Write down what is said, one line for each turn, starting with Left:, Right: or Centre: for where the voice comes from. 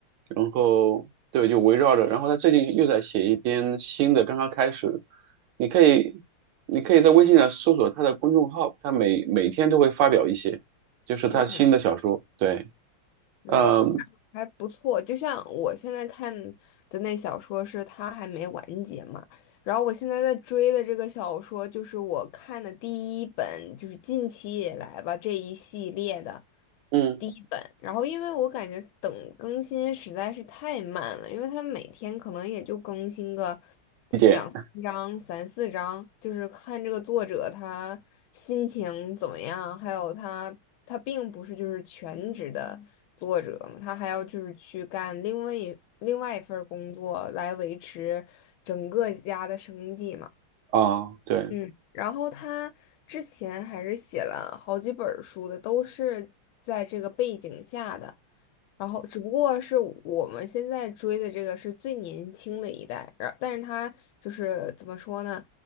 Right: 然后对，就围绕着，然后他最近又在写一篇新的，刚刚开始，你可以你可以在微信上搜索他的公众号，他每每天都会发表一些，就是他新的小说，
Left: 嗯。
Right: 对，
Left: 嗯，
Right: 嗯
Left: 听着还不错。就像我现在看的那小说是它还没完结嘛，然后我现在在追的这个小说就是我看的第一本，就是近期以来吧这一系列的。
Right: 嗯，
Left: 第一本，然后因为我感觉等更新实在是太慢了，因为他每天可能也就更新个
Right: 一点
Left: 两三章、三四章，就是看这个作者他心情怎么样，还有他他并不是就是全职的作者嘛，他还要就是去干另外一另外一份儿工作来维持整个家的生计嘛。
Right: 啊，对。
Left: 嗯，然后他之前还是写了好几本儿书的，都是在这个背景下的。然后只不过是我们现在追的这个是最年轻的一代，然但是他就是怎么说呢？